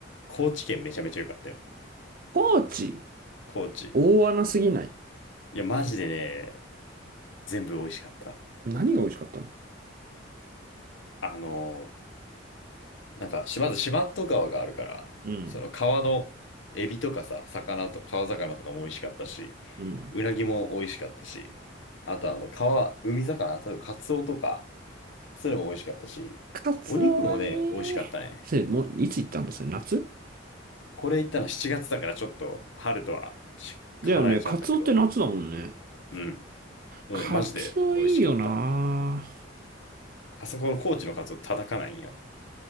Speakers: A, on the left; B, on the right.
A: 高知県めちゃめちゃ良かったよ。
B: 高知、
A: 高知。
B: 大穴すぎない。
A: いや、マジでね、全部美味しかった。
B: 何が美味しかったの
A: あの、なんか、しまず四万十川があるから、
B: うん。
A: その川のエビとかさ、魚と、川魚とかも美味しかったし、
B: うん。
A: うなぎも美味しかったし、あとあの、川、海魚、あとカツオとか、それも美味しかったし、
B: カツオはね、
A: お肉もね、美味しかったね。
B: せ、もう、いつ行ったんだそれ、夏
A: これ行ったの7月だからちょっと春とはち離れちゃうんだけど、
B: だよね。カツオって夏だもんね。
A: うん。でもね、
B: カツオいいよな
A: マジで美味しかった。あそこの高知のカツオ叩かないんよ。